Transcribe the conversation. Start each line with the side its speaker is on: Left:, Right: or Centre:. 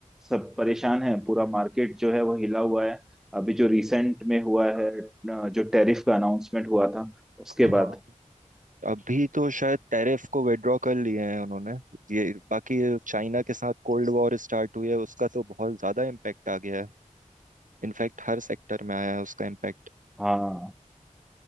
Centre: सब परेशान है पूरा मार्केट जो है वो हिला हुआ है अभी जो रीसेंट में हुआ है अ, जो टैरिफ का अनाउंसमेंट हुआ था उसके
Right: हाँ
Centre: बाद
Right: अभी तो शायद टैरिफ को विड्रॉ कर लिए हैं उन्होंने ये बाकी चाइना के साथ कोल्ड वॉर स्टार्ट हुई है उसका तो बहुत ज्यादा इम्पैक्ट आ गया है इनफैक्ट हर सेक्टर में आया है उसका इम्पैक्ट
Centre: हाँ